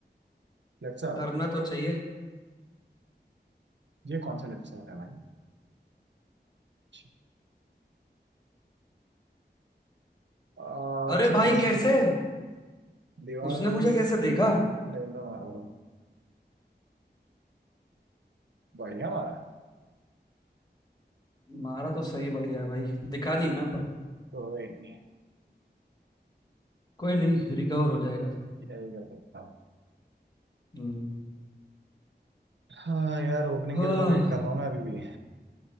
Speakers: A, on the right; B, on the left.
A: लेफ्ट से आ रहा
B: करना तो चाहिए
A: है ये कौन सा लेफ्ट से आ रहा है भाई अच्छा। आ,
B: अरे
A: अच्छी
B: भाई
A: कोशिश
B: कैसे
A: थी राहुल दीवार
B: उसने
A: थोड़ी
B: मुझे कैसे देखा
A: टाइम का मार रहा हूँ बढ़िया मारा
B: मारा तो सही बढ़िया है भाई दिखा नहीं मैं पर
A: कोई नहीं है,
B: कोई नहीं रिकवर हो जाएगा
A: ये कर सकता है
B: हम्म
A: हाँ यार ओपनिंग
B: हाँ,
A: गिल का वेट कर रहा हूँ मैं अभी भी